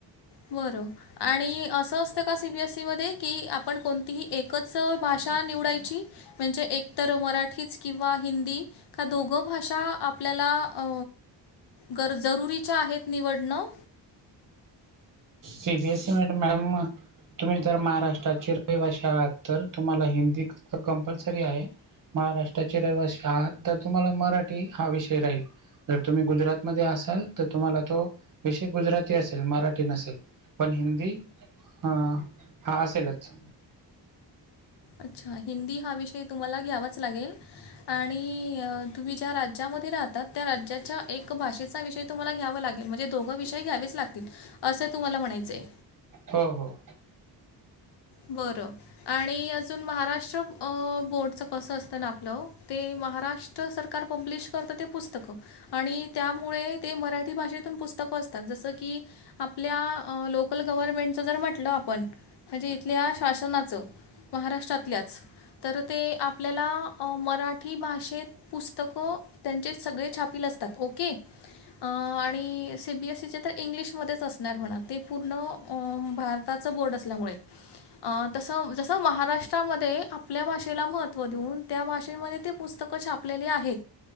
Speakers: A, on the left; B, on the right.
A: बरं. आणि असं असतं का सीबीएसीमध्ये, की आपण कोणतीही एकच भाषा निवडायची? म्हणजे एक तर मराठीच किंवा हिंदी. का दोघं भाषा आपल्याला अ गर जरुरीच्या आहेत निवडणं?
B: सीबीएससीमध्ये मॅडम तुम्ही जर महाराष्ट्राचे रहिवासी आहात, तर तुम्हाला हिंदीचं कंपल्सरी आहे. महाराष्ट्राचे रहिवासी आहात, तर तुम्हाला मराठी हा विषय राहील. जर तुम्ही गुजरातमध्ये असाल, तर तुम्हाला तो विषय गुजराती असेल. मराठी नसेल पण हिंदी अ हा असेलच.
A: अच्छा हिंदी हा विषय तुम्हाला घ्यावाच लागेल. आणि अ तुम्ही ज्या राज्यामध्ये राहतात त्या राज्याच्या एक भाषेचा विषय तुम्हाला घ्यावं लागेल म्हणजे दोघं विषय घ्यावेच लागतील असे तुम्हाला म्हणायचंय.
B: हो, हो.
A: बरं. आणि अजून महाराष्ट्र अ बोर्डचं कसं असतं ना आपलं ते महाराष्ट तर सरकार पब्लीश करतं ते पुस्तकं. आणि त्यामुळे ते मराठी भाषेतून पुस्तकं असतात. जसं की आपल्या अ लोकल गव्हर्मेंटचं जर म्हटलं आपण म्हणजे इथल्या शासनाचं महाराष्ट्रातल्याच तर ते आपल्याला अ मराठी भाषेत पुस्तकं त्यांचे सगळे छापीलं असतात ओके. अ आणि सीबीएससीचे ते इंग्लिशमध्येच असणार म्हणा. ते पूर्ण अ भार ताचं बोर्ड असल्यामुळे अ तसं जसं महाराष्ट्रामध्ये आपल्या भाषेला महत्त्व देऊन त्या भाषेमध्ये ते पुस्तकं छापलेले आहेत.